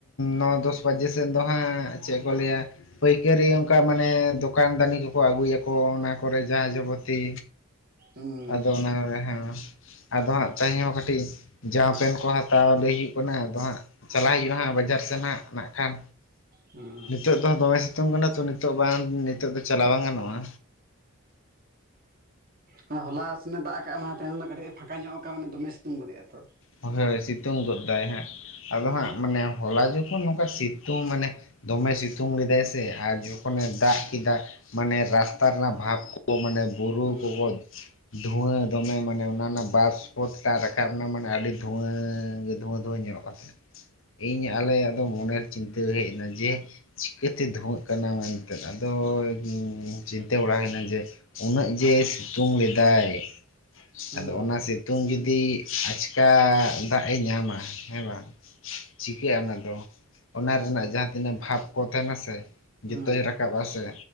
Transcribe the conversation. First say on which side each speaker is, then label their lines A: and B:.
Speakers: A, on the left; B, on the right.
A: ᱱᱚ ᱫᱚᱥ ᱵᱟᱡᱮ ᱥᱮᱫ ᱫᱚ ᱦᱟᱸᱜ ᱪᱮᱫ ᱠᱚ ᱞᱟᱹᱭᱟ ᱯᱟᱹᱭᱠᱟᱹᱨᱤ ᱚᱱᱠᱟ ᱢᱟᱱᱮ ᱫᱚᱠᱟᱱ ᱫᱟᱱᱤ ᱠᱚᱠᱚ ᱟᱹᱜᱩᱭᱟᱠᱚ᱾ ᱠᱚ ᱚᱱᱟ ᱠᱚᱨᱮ ᱡᱟ ᱡᱟᱵᱚᱛᱤ
B: ᱦᱩᱸ
A: ᱟᱫᱚ ᱚᱱᱟ ᱠᱚᱨᱮ ᱦᱮᱸ ᱟᱫᱚ ᱦᱟᱸᱜ ᱛᱮᱦᱮᱧ ᱦᱚᱸ ᱠᱟᱹᱴᱤᱡ ᱡᱟᱢᱟ ᱯᱮᱱ ᱠᱚ ᱦᱟᱛᱟᱣ ᱞᱟᱹᱭ ᱦᱩᱭᱩᱜ ᱠᱟᱱᱟ ᱟᱫᱚ ᱦᱟᱸᱜ᱾ ᱪᱟᱞᱟᱜ ᱦᱩᱭᱩᱜᱼᱟ ᱦᱟᱸᱜ ᱵᱟᱡᱟᱨ ᱥᱮᱫ ᱦᱜ ᱱᱟᱜ ᱠᱷᱟᱱ
B: ᱦᱩᱸ
A: ᱱᱤᱛᱳᱜ ᱫᱚᱦ ᱫᱚᱢᱮ ᱥᱤᱛᱩᱝ ᱠᱟᱱᱟ ᱛᱚ ᱱᱤᱛᱳᱜ ᱵᱟᱝ ᱱᱤᱛᱳᱜ ᱫᱚ ᱪᱟᱞᱟᱣ ᱵᱟᱝ ᱜᱟᱱᱚᱜᱼᱟ᱾
B: ᱦᱩᱸ ᱦᱚᱞᱟ ᱮ ᱫᱟᱜᱼᱟ ᱠᱟᱜᱼᱟ ᱛᱮᱦᱮᱱ ᱫᱚ ᱠᱟᱹᱴᱤᱡ ᱯᱷᱟᱸ ᱧᱚᱜ ᱠᱟᱜ ᱢᱟᱱ ᱫᱚᱢᱮ ᱥᱤᱛᱩᱝ ᱜᱚᱫᱮᱜᱼᱟ ᱛᱚ᱾
A: ᱦᱳᱭ ᱥᱤᱛᱩᱝ ᱜᱚᱫᱫᱟᱭ ᱦᱟᱸᱸ
B: ᱦᱩᱸ
A: ᱟᱫᱚ ᱦᱟᱸᱜ ᱢᱟᱱᱮ ᱦᱚᱞᱟ ᱡᱚᱠᱷᱚᱱ ᱱᱚᱝᱠᱟ ᱥᱤᱛᱩᱝ ᱢᱟᱱᱮ ᱫᱚᱢᱮ ᱥᱤᱛᱩᱝ ᱞᱮᱫᱟᱭ ᱥᱮ ᱟᱨ ᱡᱚᱠᱷᱚᱱᱮ ᱫᱟᱜ ᱠᱮᱫᱟ ᱢᱟᱱᱮ ᱨᱟᱥᱛᱟ ᱨᱮᱱᱟᱜ ᱵᱷᱟᱵᱽ ᱠᱚ ᱢᱟᱱᱮ ᱵᱩᱨᱩ
B: ᱦᱩᱸ
A: ᱠᱚᱠᱚ ᱫᱷᱩᱣᱟᱹ ᱫᱚᱢᱮ ᱢᱟᱱᱮ ᱚᱱᱟ ᱨᱮᱱᱟᱜ ᱵᱟᱥ ᱥᱯᱚᱛᱟᱜ ᱨᱟᱠᱟᱵ ᱮᱱᱟ ᱢᱟᱱᱮ ᱟᱹᱰᱤ ᱫᱷᱩᱣ ᱜᱮ ᱫᱷᱩᱣᱟᱹ ᱫᱷᱩᱣᱟᱹ ᱧᱚᱜ ᱠᱟᱛᱮ ᱤᱧ ᱟᱞᱮᱭᱟᱜ ᱫᱚ ᱢᱚᱱᱮᱨ ᱪᱤᱱᱛᱟᱹ ᱦᱮᱡ ᱮᱱᱟ ᱡᱮ ᱪᱤᱠᱟᱹᱛᱮ ᱫᱷᱩᱣᱟᱹᱜ ᱠᱟᱱᱟ ᱢᱮᱱᱛᱮ ᱟᱫᱚᱧ ᱪᱤᱱᱛᱟᱹ ᱵᱟᱲᱟᱦᱳᱭ ᱱᱟ ᱡᱮ ᱩᱱᱟᱹᱜ ᱡᱮ ᱥᱤᱛᱩᱝ ᱞᱮᱫᱟᱭ
B: ᱦᱩᱸ
A: ᱟᱫᱚ ᱚᱱᱟ ᱥᱤᱛᱩᱝ ᱡᱩᱫᱤ ᱟᱪᱠᱟ ᱫᱟᱜ ᱮ ᱧᱟᱢᱟ ᱦᱮᱸ ᱵᱟᱝ, ᱪᱤᱠᱟᱹᱜᱼᱟ ᱚᱱᱟ ᱫᱚ ᱚᱱᱟ ᱨᱮᱱᱟᱜ ᱡᱟᱦᱟᱸᱛᱤᱱᱟᱹᱜ ᱵᱷᱟᱵᱽ ᱠᱚ ᱛᱟᱦᱮᱱᱟ ᱥᱮ
B: ᱦᱩᱸ
A: ᱡᱚᱛᱚ ᱨᱟᱠᱟᱵ <unintelligible> ᱵᱟ ᱥᱮ